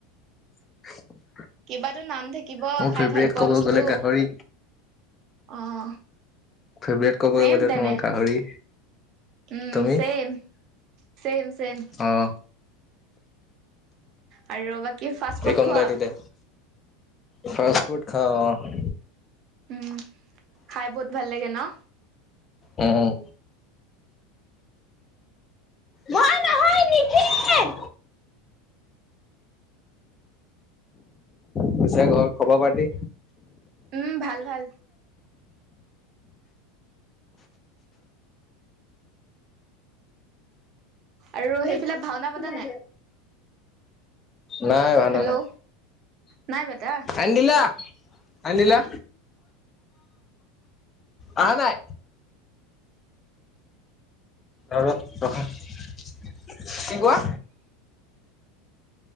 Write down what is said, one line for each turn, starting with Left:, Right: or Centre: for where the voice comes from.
Left: <unintelligible>
Right: কিবাতো নাম থাকিব
Left: মোৰ
Right: খায়
Left: ফেভৰেট
Right: ভাল পোৱা
Left: ক'ব
Right: বস্তু।
Left: গ'লে গাহৰি
Right: অহ,
Left: ফেভৰেট ক'ব
Right: চেম
Left: গ'লে
Right: তেনে।
Left: তোমাৰ গাহৰি
Right: উম,
Left: তুমি
Right: চেম, চেম-চেম।
Left: অহ,
Right: আৰু বাকী ফাষ্ট ফুড
Left: এই কন
Right: খোৱা
Left: ওলাই দিওঁ দে। ফাষ্ট ফ্ৰোড খাওঁ অহ।
Right: উম, খায় বহুত ভাল লাগে ন'।
Left: উম। নাই নহয় নিখিল। পিছে ঘৰত খবৰ পাতি।
Right: উম, ভাল-ভাল। আৰু
Left: দে
Right: সেইফিলে ভাওনা
Left: তোমাৰ
Right: পাতেনে
Left: দে।
Right: নাই?
Left: নাই ভাওনা
Right: হেল্ল'
Left: নাই।
Right: নাই পাতা
Left: আন দিলা, আন দিলা। আহা নাই? অলপ ৰখা। কি কোৱা?